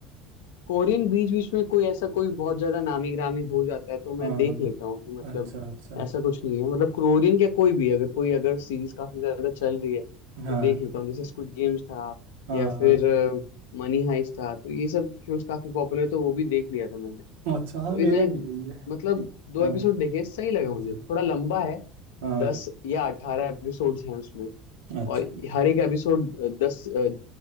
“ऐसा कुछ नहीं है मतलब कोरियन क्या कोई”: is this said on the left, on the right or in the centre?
Left